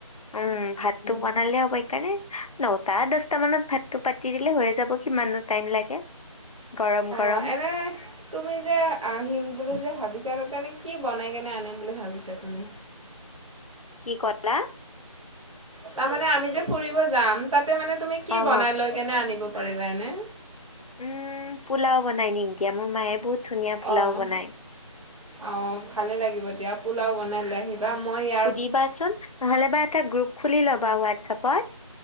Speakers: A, on the left; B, on the right.
A: উম ভাতটো বনালে হ'ব। সেইকাৰণে নটা দছটা মানত ভাতটো পাতি দিলে হৈয়ে যাব, কিমাননো টাইম লাগে গৰম
B: অঁ
A: গৰম।
B: এনে তুমি যে আহিম বুলি যে ভাবিছা, তাতেনো কি! বনাই কেনে আনিম বুলি ভাবিছা তুমি?
A: কি ক'লা
B: তাৰমানে আমি যে ফুৰিব যাম, তাতে মানে তুমি কি
A: অহ
B: বনাই লয়- কেনে আনিব পাৰিবা এনে?
A: উম পোলাও বনাই নিম কিয়া। মোৰ মায়ে বহুত- ধুনীয়া পোলাও
B: অঁ
A: বনাই।
B: অঁ ভালেই লাগিব দিয়া। পোলাও বনাই লৈ আহিবা, মই ইয়াত-
A: সুধিবাচোন, নহ'লে বা এটা গ্ৰুপ খুলি ল'বা হোৱাটছএপত।